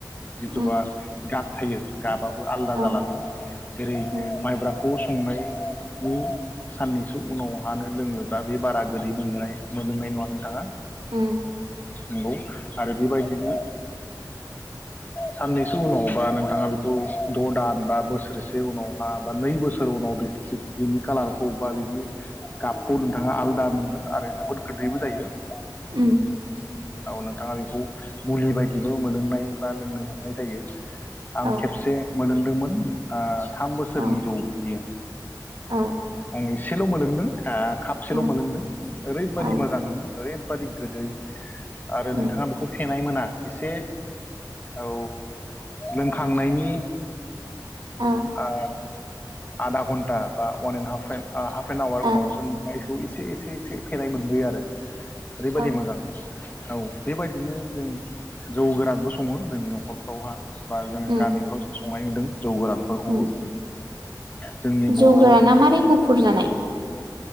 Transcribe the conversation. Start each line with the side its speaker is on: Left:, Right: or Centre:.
Left: जिथुबा
Right: उम
Left: गाब थायो गाब आलदा
Right: औ
Left: जालाङो जेरै
Right: उम
Left: माइब्रा पस्ट संनायनि साननिसो उनावहानो लोङोब्ला बे बारा गोदै मोनजानाय मोनलोंनाय नङा नोंथाङा।
Right: ओम
Left: नंगौ आरो बेबायदिनो साननैसो उनाव बा नोंथाङा बेखौ द दान बा बोसोरसे उनावहा बा नै बोसोर उनाव बिनि कालारखौ बा बिनि गाबखौ नोंथाङा आलादा मोन आरो जोबोद गोदैबो जायो। <unintelligible>
Right: उम
Left: औ नोंथाङा बेखौ मुलि बायदिबो मोनोलोंनाय बा लोंनो मोननाय जायो। आं
Right: औ
Left: खेबसे मोदों ओम थाम बोसोरनि
Right: औ
Left: जौमोन बियो
Right: औ
Left: आं एसेल मोनलोंदों खपसेल
Right: उम
Left: मोनलोंदों ओरैबादि
Right: औ
Left: मोजांमोन ओरैबादि गोदै आरो
Right: उम
Left: नोंथाङा बेखौ मोना एसे औ लोंखांनायनि
Right: औ
Left: आ आधा घन्टा बा one and half and a half N आवार
Right: औ
Left: उनावसो नायफ <unintelligible> एसे एसे फेनाय मोनबोयो आरो ओरैबायदि
Right: औ
Left: मोजां औ बेबायदिनो जों जौ गोरानबो सङो जोंनि नखरफ्रावहा। बा जों
Right: उम
Left: गामिफ्राव जों संनायनुदों जौ गोरानफोरखौबो
Right: उम
Left: जोंनि
Right: जौ
Left: बर'नि
Right: गोराना मारै गुफुर जानाय